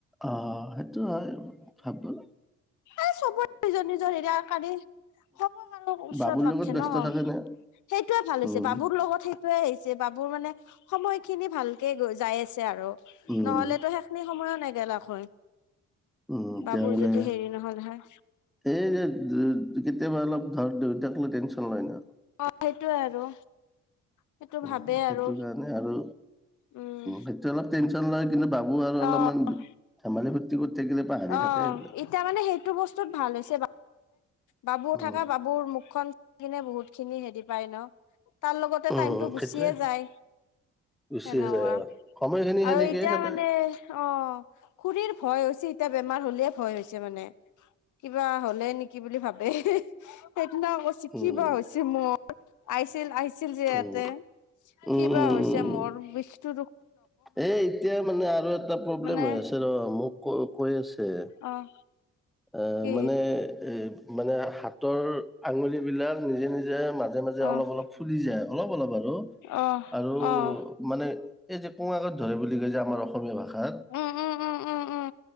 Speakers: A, in the centre; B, on the left.
A: অ সেইটো হয় ভাবো
B: এই চবৰে নিজৰ-নিজৰ এৰিয়া কালি হব আৰু ওচৰত
A: বাবুৰ
B: নথখে
A: লগত ব্যস্ত
B: ন?
A: থাকে নে
B: সেইটোয়ে ভাল হৈছে
A: উম
B: বাবুৰ লগত সেইটো আহিছে বাবুৰ মানে সময় খিনি ভালকে গৈ যাই আছে আৰু।
A: উম
B: নহলে তো সেইখিনি সময়ো নেগেলাক। হয়
A: উম এতিয়া
B: বাবুৰ
A: মানে
B: যদি হেৰি নহল। হয়
A: এই যে কেতিয়াবা অলপ ধৰক দেউতাক কোনো টেনচন নাই ন?
B: অ সেইটো আৰু। সেইটো
A: উম
B: ভাবে
A: সেইটো
B: আৰু।
A: কাৰণে আৰু
B: উম,
A: সেইটো অলপ টেনচন লয় কিন্তু বাবু আৰু অলপমান
B: অহ,
A: ধেমালি ফূৰ্তি কৰি থাকিলে পাহৰি
B: অহ
A: থাকে এইবিলাক
B: এতিয়া মানে সেইটো বস্তুত ভাল হৈছে বাবু
A: উম
B: থকা বাবুৰ মুখখন সেইকনে বহুত খিনি হেৰি‌ পাই ন? তাৰ লগতে
A: উম,
B: টাইমটো গুচিয়ে
A: সেইটোৱে
B: যায়
A: গুচি
B: সেনেকুৱা।
A: যায় আৰু সময়খিনি
B: আৰু
A: সেনেকেই
B: এতিয়া
A: খেদাই।
B: মানে, অ' খুৰীৰ ভয় হৈছে এতিয়া বেমাৰ হ'লে ভয় হৈছে মানে। কিবা হ'লে নেকি বুলি ভাব এই হে হেত কিবা হৈছে
A: উম,
B: কিবা হৈছে আইছিল আ আছিল যে ইয়াতে
A: উম, উম।
B: কিবা হৈছে মোৰ। টো
A: এ এতিয়া মানে আৰু এটা প্ৰব্লেম
B: মানে
A: হৈ আছে ৰ মোক ক কৈ আছে তে
B: অ'
A: এ
B: কি
A: মানে এ মানে হাতৰ আঙুলি বিলাক নিজে নিজে মাজে মাজে
B: অ'
A: অলপ অলপ ফুলি যায় অলপ অলপ আৰু
B: অ'
A: আৰু
B: অ'
A: মানে এই যে পুআৰত ধৰে বুলি কৈ যে আমাৰ অসমীয়া ভাষা
B: উম উম উম উম উম